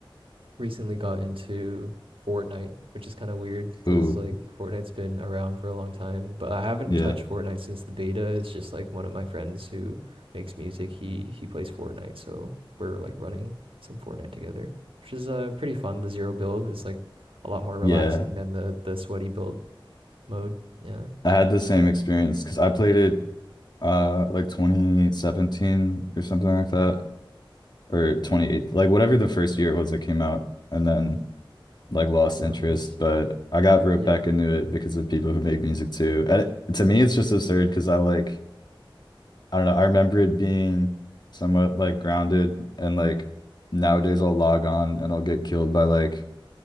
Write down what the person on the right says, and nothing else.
recently got into Fortnite, which is kind of weird because
like Fortnite's been around for a long time, but I haven't
touched Fortnite since the beta. It's just like one of my friends who makes music. He he plays Fortnite, so we're like running some Fortnite together, which is uh pretty fun. The zero build is like a lot more relaxing
than the the sweaty build mode. Yeah.
Oh,
nice.
Yeah.